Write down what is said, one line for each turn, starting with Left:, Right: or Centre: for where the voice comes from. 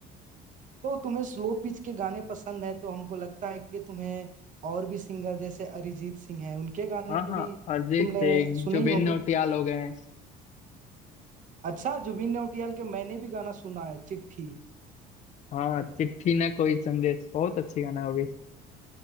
Right: तो तुम्हें स्लो पिच के गाने पसंद है तो हमको लगता है कि तुम्हें और भी सिंगर जैसे अरिजीत सिंह है उनके गाने
Left: हाँ हाँ
Right: भी
Left: अरिजीत
Right: तुमने
Left: सिंह
Right: सुने
Left: जुबिन
Right: ही होंगे
Left: नौटियाल हो गए हैं
Right: अच्छा जुबिन नौटियाल के मैंने भी गाना सुना है चिट्ठी
Left: हाँ चिट्ठी ना कोई संदेश बहुत अच्छी गाना होगी